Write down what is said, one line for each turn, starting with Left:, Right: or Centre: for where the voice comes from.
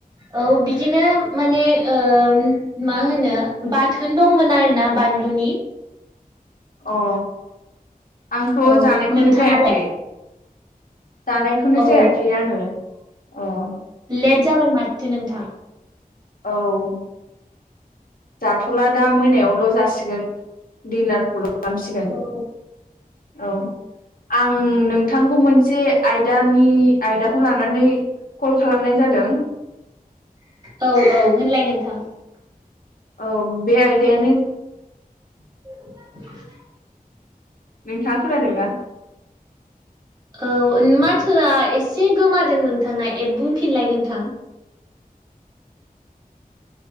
Right: औ बिदिनो माने ओ मा होनो बाथो न दंमोन आरोना बानलुनि।
Left: अ आंथ
Right: औ
Left: जानायखौनो
Right: नोंथाङालाय
Left: जायाखै। दानायखौनो
Right: अ
Left: जायाखै आङो अ
Right: लेट जाबाय माथो नोंथां।
Left: औ। जाथ'ला दा मोनायावल' जासिगोन दिडनारखौल' ओ औ खालामसिगोन
Right: औ
Left: औ आं नोंथांखौ मोनसे आयदानि आयदाखौ लानानै कल खालामनाय जादों।
Right: औ औ होनलाय नोंथां?
Left: औ बे आयदायानो
Right: <unintelligible>
Left: नोंथाङा खोनादोंना?
Right: औ माथोआ एसे गोमादों नोंथांना ए बुंफिनलाय नोंथां।